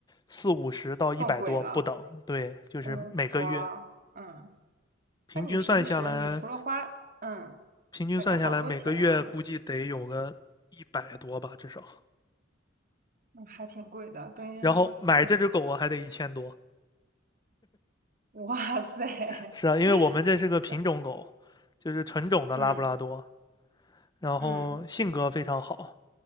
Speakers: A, on the left (about 20°); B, on the right (about 45°).
A: 四五十到一百多不等，
B: 更贵了。
A: 对，就是每个月
B: 嗯，哇，嗯，
A: 平均算下来，
B: 那你平时你除了花，嗯，
A: 平均算下来每个月估计得有个一百多吧，
B: 感觉好多钱啊，
A: 至少。
B: 嗯还挺贵的。跟，
A: 然后买这只狗啊还得一千多，
B: 哎，<laughs> 哇塞，<laughs>
A: 是啊，因为我们这是个品种狗，
B: 那，
A: 就是纯种的拉布拉多，
B: 嗯
A: 然后性格非常好，
B: 嗯